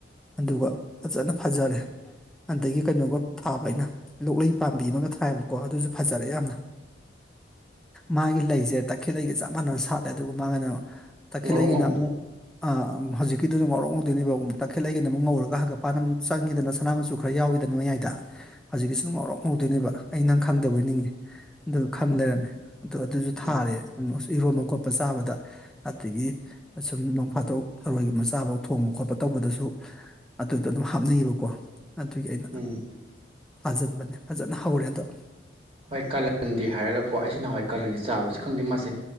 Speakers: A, in the centre; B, on the right.
A: ꯑꯗꯨꯒ ꯐꯖꯥꯅ ꯐꯖꯔꯦ ꯑꯗꯩꯒꯤ ꯀꯩꯅꯣꯒ ꯊꯥꯕ ꯑꯩꯅ ꯂꯣꯛꯂꯩ ꯄꯥꯝꯕꯤ ꯑꯃꯒ ꯊꯥꯌꯦꯕꯀꯣ ꯑꯗꯨꯖꯨ ꯐꯖꯥꯔꯦ ꯌꯥꯝꯅ꯫ ꯃꯥꯒꯤ ꯂꯩꯁꯦ ꯇꯈꯦꯜꯂꯩꯒ ꯆꯞ ꯃꯥꯟꯅꯅ ꯁꯥꯠꯂꯦ ꯑꯗꯨꯒ ꯃꯥꯒꯤꯅ ꯇꯈꯦꯜꯂꯩꯒꯤꯅ
B: ꯉꯧꯔꯣꯛ ꯉꯧꯕꯅꯤ
A: ꯑꯃꯨꯛ ꯑꯥ ꯑꯝ ꯍꯧꯖꯤꯛꯀꯤꯗꯨꯅ ꯉꯧꯔꯣꯛ ꯉꯧꯗꯣꯏꯅꯦꯕ ꯑꯣꯝ ꯇꯈꯦꯠꯂꯩꯒꯤꯅ ꯑꯃꯨꯛ ꯉꯧꯔꯒ ꯍꯪꯒꯠꯄꯥꯟ ꯑꯃꯨꯛ ꯆꯪꯉꯤꯗꯅ ꯁꯠ ꯃꯅꯥ ꯃꯆꯨ ꯈꯔ ꯌꯥꯎꯋꯤꯗꯅ ꯃꯌꯥꯏꯗ ꯍꯧꯖꯤꯛꯀꯤꯁꯤꯅ ꯉꯧꯔꯣꯛ ꯉꯧꯗꯣꯏꯅꯦꯕ ꯑꯩ ꯅꯪ ꯈꯪꯗꯕꯣꯏ ꯅꯤꯡꯉꯤ ꯑꯗꯨꯒ ꯈꯪ ꯂꯩꯔꯝꯃꯦ꯫ ꯑꯗꯣ ꯑꯗꯨꯁꯨ
B: ꯎꯝ
A: ꯊꯥꯔꯦ ꯎꯝ ꯑꯁ ꯏꯔꯣꯝꯕ ꯀꯣꯠꯄ ꯆꯥꯕꯗ ꯑꯗꯒꯤ ꯑꯁꯨꯝ ꯅꯣꯡ ꯐꯥꯗꯣꯛ ꯊꯔꯣꯏꯒꯨꯝꯕ ꯆꯥꯕ ꯊꯣꯡꯕ ꯈꯣꯠꯄ ꯇꯧꯕꯗꯁꯨ ꯑꯗꯨꯗ ꯑꯗꯨꯝ ꯍꯥꯞꯅꯩꯕꯀꯣ ꯑꯗꯨꯒꯤ ꯑꯩꯅ
B: ꯎꯝ
A: ꯊꯥꯖꯟꯕꯅꯦ ꯐꯖꯟꯅ ꯍꯧꯔꯦ ꯍꯟꯗꯛ
B: ꯍꯣꯏ ꯀꯥꯂꯟꯗꯤ ꯍꯥꯏꯔꯒꯀꯣ ꯑꯩꯁꯨ ꯅꯍꯥꯟꯋꯥꯏ ꯀꯥꯂꯟꯗꯤ ꯆꯥꯕꯁꯨ ꯈꯪꯗꯦ ꯃꯥꯁꯦ